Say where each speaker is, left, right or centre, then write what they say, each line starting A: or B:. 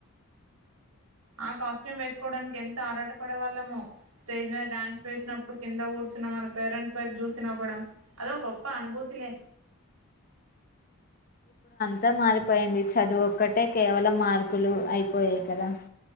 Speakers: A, on the right; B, on the left.
A: ఆ కాస్ట్యూమ్ వేసుకోవడానికి ఎంత ఆరాటపడే వాళ్ళమో స్టేజ్ మీద డ్యాన్స్ వేసినప్పుడు కింద కూర్చున్న మన పేరెంట్స్ వైపు చూసినవ్వడం అదో గోప్ప అనుభూతి లే
B: ంత మారిపోయింది చదువు ఒక్కటే కేవలం మార్కులు అయిపోయాయి కదా